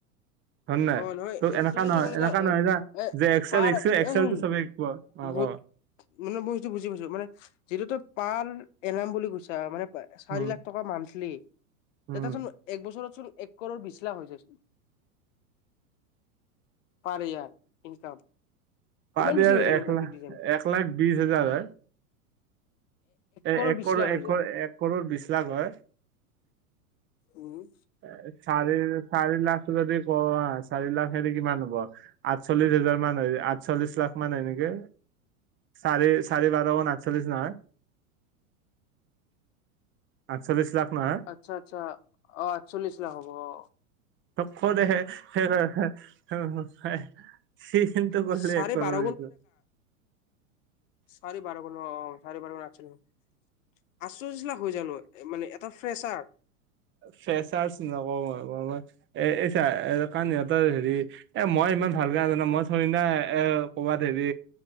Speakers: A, on the right (about 25°); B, on the left (about 60°).
A: হয় নাই
B: অ নহয়
A: তোৰ
B: এইটো
A: এনেকা
B: যদি
A: নহয়
B: কলে
A: এনেকা
B: যে
A: নহয় না
B: এ
A: যে এক্সেল
B: পাৰ
A: শিকছো এক্সেলটো
B: এ শুন
A: চবে শিকোৱাব
B: মই মানে মই সেইটো বস্তটো বুজি পাইছো মানে যিটো পান এনাম বুলি কৈছা মানে চাৰি
A: উম
B: লাখ টকা মান্থলি
A: উম
B: তেতিয়াচোন এক বছৰতচোন এক কৰৰ বিছ লাখ হৈ যায়ছোন পাৰ ইয়াৰ ইনকাম
A: পাৰ
B: ইমান
A: ইয়াৰ
B: বেছি হৈ জানো
A: এক
B: গ্ৰাফিক
A: লাখ
B: ডিজাইন
A: এক লাখ বিছ হাজাৰ হয় এ
B: কৰৰ
A: এক
B: বিশ লাখ
A: এক
B: হৈ যায়
A: কৰ এক কৰৰ বিছ লাখ হয়
B: উম
A: এ চাৰি চাৰি লাখ যদি কও চাৰি লাখহে দি কিমান হব আঠচল্লিছ হেজাৰ মান হয় আঠচল্লিছ লাখ মান হয় নেকি চাৰি চাৰি বাৰ গুন আঠচল্লিছ নহয় আঠচল্লিছ লাখ নহয়
B: আচ্ছা আচ্ছা অ আঠচল্লিছ লাখ হ'ব অ
A: খ দেহে হে হে হে হে সেইখিনিতে
B: চাৰে বাৰ
A: <unintelligible>
B: চাৰি বাৰ গুন অ অ চাৰি বাৰ গুন আঠচল্লিছ আঠচল্লিছ লাখ হয় জানো মানে এটা ফ্ৰেছাৰ
A: ফ্ৰেচাচ নকওঁ মই এ চা কাৰন ইহঁতৰ হেৰি এ মই ইমান ভালকে নাজানো মই থৰি না এ কবাত হেৰি